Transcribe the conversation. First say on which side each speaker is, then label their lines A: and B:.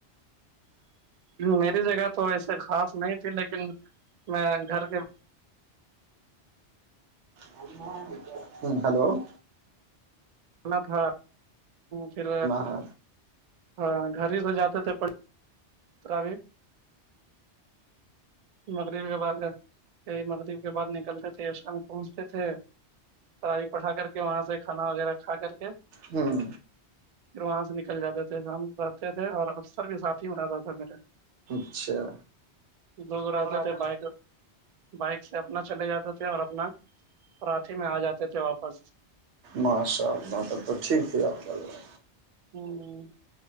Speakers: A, on the right; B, on the right.
A: میری جگہ تو ایسے خاص نہیں تھی لیکن میں گھر کے
B: ہم ہوں ہلو <unintelligible>
A: نا تھا پھر
B: ہے
A: ہاں گھر ہی سے جاتے تھ بھی مغرب کے بعد مغرب کے بعد نکلتے تھے شام پہنچتے تھے پڑھی پٹھا کر کے وہاں سے کھانا وغیرہ کھا کر کے
B: ہوں
A: پھر وہاں سے نکل جاتے تھے شام رہتے تھے اور اکثر بھی ساتھی میں رہتا تھا میرے
B: اچھا
A: دگ
B: لوگ
A: راتاتے
B: رہ تھا
A: بائ کرر بائک سے اپنا چلے جاتے تھے اور اپنا ہاتھی میں آ جاتے تھے واپس
B: ماشاء اللہ ت تو ٹھیک تھی راکہ اللہ
A: ہوں